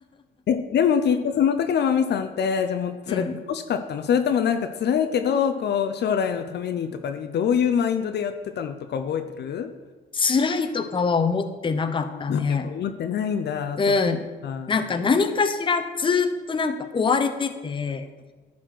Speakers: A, on the left; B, on the left.
A: <laughs> え、でもきっとその時のマミさんって、じゃあもうそれ楽しかったのそれともなんか辛いけど、
B: うん。
A: こう将来のためにとかで、どういうマインドでやってたのとか覚えてる
B: 辛いとかは思ってなかったね。
A: うんやっぱ思ってないんだ、
B: うん。
A: そうか。
B: なんか何かしらずっとなんか追われてて、